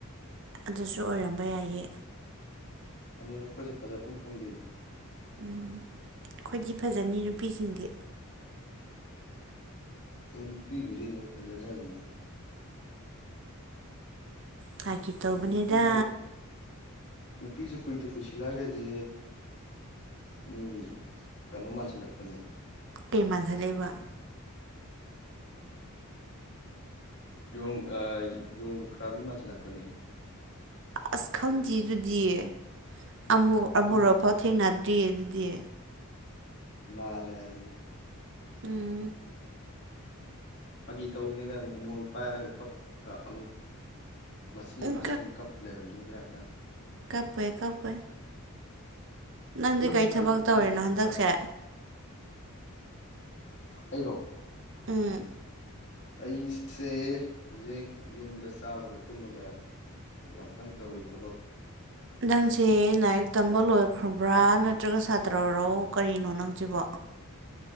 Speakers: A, on the right; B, on the left.
A: ꯑꯗꯨꯁꯨ ꯑꯣꯏꯔꯝꯕ ꯌꯥꯏꯌꯦ
B: ꯑꯅꯨꯔꯛꯄꯁꯨ ꯐꯖꯐꯝ ꯈꯪꯗꯦꯅꯤ
A: ꯎꯝ ꯈ꯭ꯣꯏꯗꯤ ꯐꯖꯅꯤ ꯅꯨꯄꯤꯁꯤꯡꯗꯤ
B: ꯍ ꯅꯨꯄꯤꯕꯨꯗꯤ ꯑꯗꯨꯝ ꯐꯖꯗꯕꯅ
A: ꯐꯥꯒꯤ ꯇꯧꯕꯅꯤꯗ
B: ꯑꯁ ꯅꯨꯄꯤꯁꯨ ꯅꯨꯄꯤꯁꯨ ꯀꯨꯏꯗ ꯀꯨꯏꯁꯤꯜꯂꯑꯒꯗꯤ ꯃꯤ ꯀꯩꯅꯣ ꯃꯜꯁꯤꯜꯂꯛꯄꯅꯤ
A: ꯀꯃꯖ ꯂꯩꯦꯕ
B: ꯌꯣꯡ ꯌꯣ ꯂꯨꯈ꯭ꯔꯥꯕꯤ ꯃꯥꯟꯁꯤꯜꯂꯛꯄꯅꯦ
A: ꯑꯁ ꯈꯪꯗꯦꯗꯨꯗꯤꯌꯦ ꯑꯃ
B: ꯑꯗꯨ
A: ꯑꯃꯨꯔꯐꯥꯎ
B: ꯃꯥꯟꯁꯤꯜꯂꯛꯄꯅꯦ
A: ꯊꯦꯡꯅꯗ꯭ꯔꯤꯌꯦ ꯗ
B: ꯃꯥꯂꯦꯕꯅ
A: ꯎꯝ
B: ꯐꯥꯒꯤ ꯇꯧꯅꯤꯗ ꯃꯣꯟ ꯄꯥꯏꯔꯒ ꯑꯃꯨꯛ ꯃꯁꯤ
A: ꯎꯝ
B: ꯑꯃꯨꯁꯪ ꯀꯞ ꯂꯩꯔꯝꯗꯕ꯭ꯔꯥ ꯀꯥꯏ
A: ꯀꯞꯄꯦ ꯀꯞꯄꯦ ꯅꯪꯗꯤ
B: ꯑꯩꯕꯨ
A: ꯀꯔꯤ ꯊꯕꯛ
B: ꯑꯣꯏꯅ
A: ꯇꯧꯔꯤꯅꯣ ꯍꯟꯗꯛꯁꯦ
B: ꯑꯩꯔꯣ
A: ꯎꯝ
B: ꯑꯩꯁꯦ ꯍꯧꯖꯤꯛ ꯌꯨꯝꯗ ꯆꯥꯕꯒ ꯇꯨꯝꯕꯒ ꯨꯛ ꯌꯥꯝ ꯀꯟꯅ ꯇꯧꯔꯤ ꯊꯕꯛ
A: ꯅꯪꯁꯦ ꯂꯥꯏꯔꯤꯛ ꯇꯝꯕ ꯂꯣꯏꯈ꯭ꯔꯕ꯭ꯔꯥ ꯅꯠꯇ꯭ꯔꯒ ꯁꯥꯇ꯭ꯔꯔꯣ ꯀꯔꯤꯅꯣ ꯅꯪꯁꯤꯕꯣ